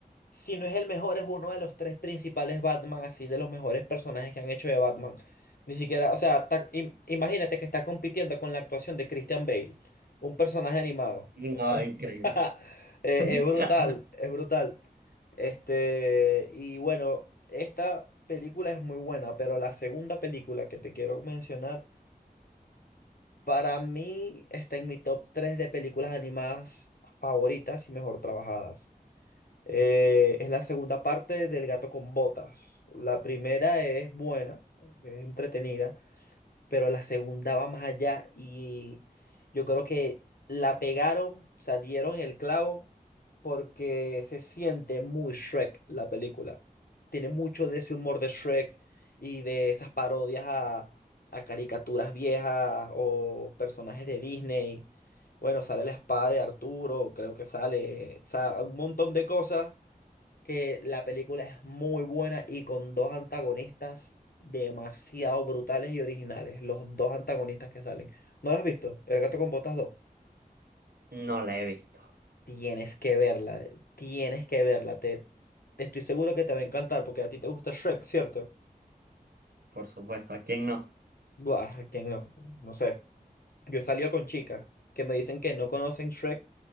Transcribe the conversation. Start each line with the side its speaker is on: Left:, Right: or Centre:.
Left: si no es el mejor, es uno de los tres principales Batman, así de los mejores personajes que han hecho de Batman. Ni siquiera, o sea, ta- im- imagínate que está compitiendo con la actuación de Christian Bale, un personaje animado.
Right: No, increíble.
Left: <laughs> Eh,
Right: <laughs>
Left: es brutal, es brutal. Este, y bueno, esta película es muy buena, pero la segunda película que te quiero mencionar, para mí está en mi top 3 de películas animadas favoritas y mejor trabajadas. Eh, es la segunda parte del Gato con Botas. La primera es buena, es entretenida pero la segunda va más allá y yo creo que la pegaron, o sea, dieron el clavo porque se siente muy Shrek la película. Tiene mucho de ese humor de Shrek y de esas parodias a, a caricaturas viejas o personajes de Disney. Bueno, sale la espada de Arturo, creo que sale, o sea, un montón de cosas que la película es muy buena y con dos antagonistas demasiado brutales y originales. Los dos antagonistas que salen. ¿No la has visto? El gato con botas dos
Right: No la he visto,
Left: Tienes que verla, tienes que verla. Te, estoy seguro que te va a encantar porque a ti te gusta Shrek, ¿cierto?
Right: por supuesto. ¿A quién no?
Left: Buah, quién no? No sé. Yo he salido con chicas que me dicen que no conocen Shrek.